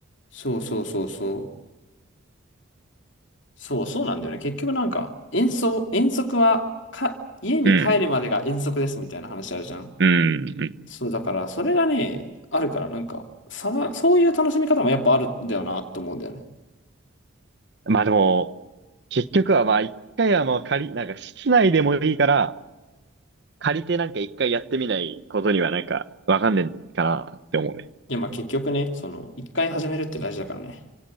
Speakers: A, on the left (about 65°); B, on the right (about 55°).
A: そうそうそうそう。そうそうなんだよね。結局なんか、遠足、遠足は、か、家に帰るまでが遠足ですみたいな話あるじゃん。
B: うん、うん、うん。
A: そう、だから、それがね、あるから、なんか、さわ、そういう楽しみ方もやっぱあるんだよなって思うんだよね。
B: まあでも、結局はまあ、一回はまあ借り、なんか室内でもいいから、借りてなんか一回やってみないことにはなんかわかんねえかなって思うね。
A: いや、まあ結局ね、その、一回始めるって大事だからね。